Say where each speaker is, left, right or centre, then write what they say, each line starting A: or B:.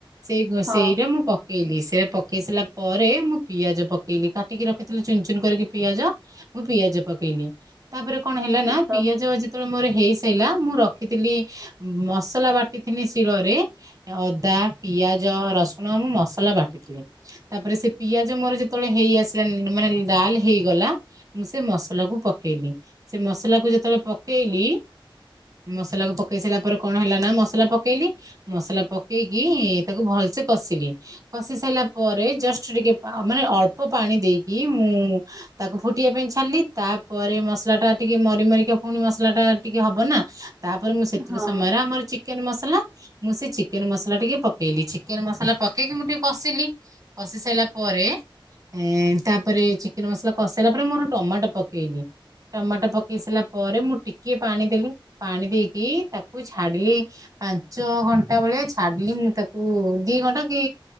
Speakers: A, on the right (about 40°); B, on the right (about 20°).
A: ସେଇ ଗ-
B: ହଁ
A: ସେଇଟା ମୁଁ ପ ପକେଇଲି ସେଟା ପକେଇ ସାରିଲା ପରେ ମୁଁ ପିଆଜ ପକେଇଲି କାଟିକି ରଖିଥିଲି ଚୁନ୍ ଚୁନ୍ କରିକି ପିଆଜ ମୁଁ ପିଆଜ ପକେଇଲି ତା ପରେ କଣ ହେଲା
B: ହଁ
A: ନା
B: ହଁ
A: ପିଆଜ ଯେ ଯେତେବେଳେ ମୋର ହେଇ ସାରିଲା ମୁଁ ରଖିଥିଲି ମସଲା ବାଟିଥିଲି ଶିଳରେ ଅଦା, ପିଆଜ, ରସୁଣ ମୁଁ ମସଲା ବାଟିଥିଲି। ତାପରେ ସେ ପିଆଜ ମୋର ଯେତେବେଳେ ହେଇ ଆସିଲାଣି ମାନେ ଲାଲ୍ ହେଇଗଲା ମୁଁ ସେ ମସଲା କୁ ପକେଇଲି ସେ ମସଲା କୁ ଯେତେବେଳେ ପକେଇଲି ମସଲା କୁ ପକେଇ ସାରିଲା ପରେ କଣ ହେଲା ନା ମସଲା ପକେଇଲି ମସଲା ପକେଇକି ତାକୁ ଭଲସେ କଷିଲି କଷି ସାଇଲା ପରେ ଜଷ୍ଟ୍ ଟିକେ ପା ଅ- ମାନେ ଅଳ୍ପ ପାଣି ଦେଇକି ମୁଁ ତାକୁ ଫୁଟିବା ପାଇଁ ଛାଡ଼ିଲି ତାପରେ ମସଲା ଟା ଟିକେ ମରି ମରିକା ପୁଣି ମସଲା ଟା ଟିକେ ହବ ନା ତାପରେ ମୁଁ ସେତିକି
B: ହଁ
A: ସମୟରେ ଆମର ଚିକେନ୍ ମସଲା ମୁଁ ସେ ଚିକେନ୍ ମସଲା ଟିକେ ପ ପକେଇଲି ଚିକେନ୍ ମସଲା ପକେଇକି ମୁଁ ଟିକେ କଷିଲି କଷି ସାଇଲା ପରେ ଏଁ-ତାପରେ ଚିକେନେ ମସଲା କଷି ସାଇଲା ପରେ ମୁଁ ଗୋଟେ ଟମାଟୋ ପକେଇଲି। ଟମାଟୋ ପକେଇ ସାରିଲା ପରେ ମୁଁ ଟିକିଏ ପାଣି ଦେଲି ପାଣି ଦେଇକି ତାକୁ ଛାଡିଲି ପାଞ୍ଚ ଘଣ୍ଟା ବେଳେ ଛାଡିଲି ମୁଁ ତାକୁ ଦି ଘଣ୍ଟା କି